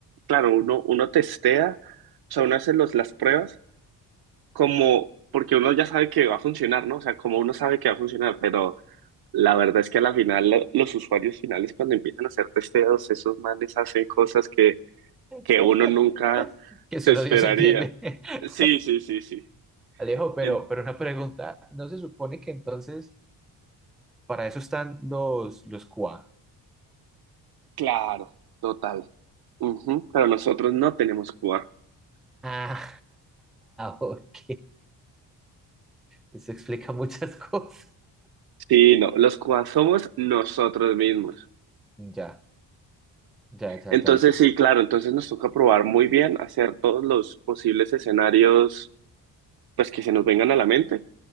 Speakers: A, on the right; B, in the centre.
A: claro, uno, uno testea, o sea, uno hace los, las pruebas como, porque uno ya sabe que va a funcionar, ¿no? O sea, como uno sabe que va a funcionar, pero La verdad es que a la final lo- los usuarios finales cuando empiezan a hacer testeos, esos manes hacen cosas que, que
B: <laughs>
A: uno nunca
B: que
A: se
B: solo
A: esperaría.
B: Dios entiende. <laughs>
A: Sí, sí, sí, sí.
B: Alejo, pero,
A: El-
B: pero una pregunta, ¿no se supone que entonces para eso están los, los QA?
A: claro, total. Ujú, Pero nosotros no tenemos QA.
B: Ah, <laughs> ok. Eso explica muchas <laughs> cosas.
A: Sí, no, los QA somos nosotros mismos.
B: Ya, ya, ya,
A: Entonces,
B: ya, ya.
A: sí, claro, entonces nos toca probar muy bien, hacer todos los posibles escenarios pues que se nos vengan a la mente.